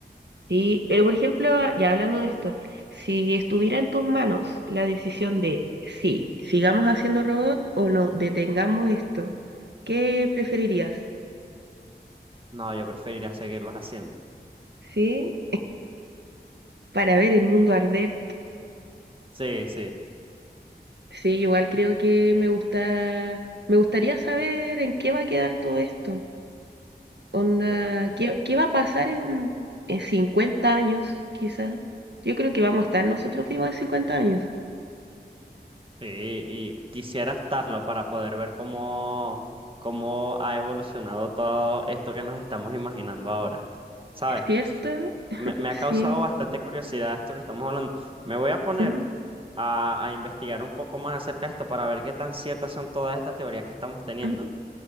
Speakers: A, on the right; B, on the right.
A: Sí, pero por ejemplo, ya hablando de esto, si estuviera en tus manos la decisión de si sigamos haciendo robot o no, detengamos esto, ¿qué preferirías?
B: No, yo preferiría seguirlos haciendo.
A: Sí, para ver el mundo arder.
B: Sí, sí,
A: Sí, igual creo que me gusta, me gustaría saber en qué va a quedar todo esto. Onda,
B: yo también.
A: ¿qué, qué va a pasar en, en 50 años, quizás? Yo creo que vamos a estar nosotros vivos en cincuenta años.
B: Sí, y quisiera estarlo para poder ver cómo, cómo ha evolucionado todo esto que nos estamos imaginando ahora. ¿Sabes?
A: ¿Es cierto? <laughs>
B: Me, me ha causado
A: Sí.
B: bastante curiosidad esto que estamos hablando. Me voy a poner
A: Ujú,
B: a, a investigar un poco más acerca de esto para ver qué tan ciertas son todas estas teorías que estamos teniendo
A: ujú.